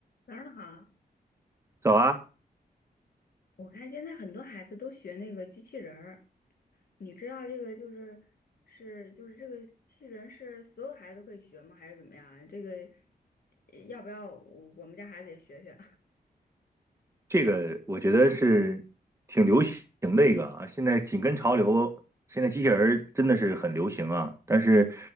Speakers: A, on the left; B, on the right.
A: 早上好，
B: 早啊，
A: 我看现在很多孩子都学那个机器人儿，你知道这个就是是就是这个机器人是所有孩子都可以学吗？还是怎么样啊？这个呃要不要我我们家孩子也学学
B: 这个我觉得是挺流行的一个啊，现在紧跟潮流，现在机器人儿真的是很流行啊，但是